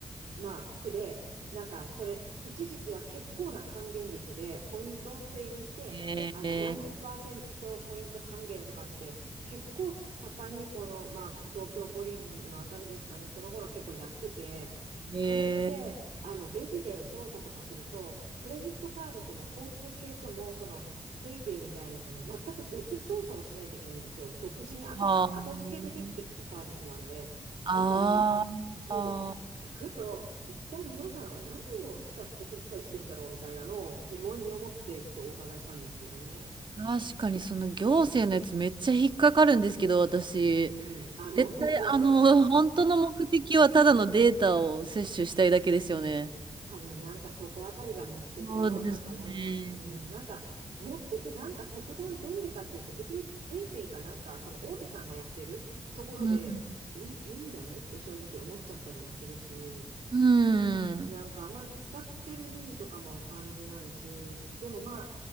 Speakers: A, on the right; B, on the right.
A: まあ、区で、なんか、それ、一時期は結構な還元率で、ポイント制にして、
B: へえ、
A: あの、何十パーセントポイント還元とかって、結構盛んに、この、まあ、東京五輪のあたりですかね、その頃結構やってて、
B: へえ、
A: それって、あの、レジで操作とかすると、クレジットカードとも交通系とも、その、ペイペイみたいなのとも全く別操作をしないといけないんですよ。独自に後か、
B: は
A: 後付けでできてきたサービスなんで。
B: ああ、
A: だから、もう、
B: あ
A: ふと、一体皆さんは何を使って決済してんだろうみたいなのを疑問に思ってちょっとお伺いしたんですけどね。
B: 確かにその行政のやつめっちゃ引っかかるんですけど、私、
A: うん、あの、
B: 絶対あの、
A: <laughs>
B: 本当の目的はただのデータを摂取したいだけですよね。
A: 多分なんかそこあたりが目的だろうなと思います。
B: そうですね。
A: うん、なんか持っててなんか特段便利かっていうと別にペイペイかなんかその大手さんがやってるところでいい、
B: うん、
A: いいんじゃないって正直思っちゃったりもするし。
B: うん、
A: なんかあんまり使ってる意味とかも感じないし、でもまあ、